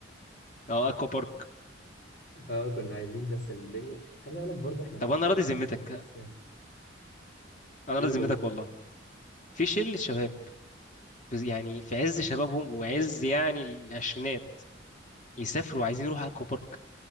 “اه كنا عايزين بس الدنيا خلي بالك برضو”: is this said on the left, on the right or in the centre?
Left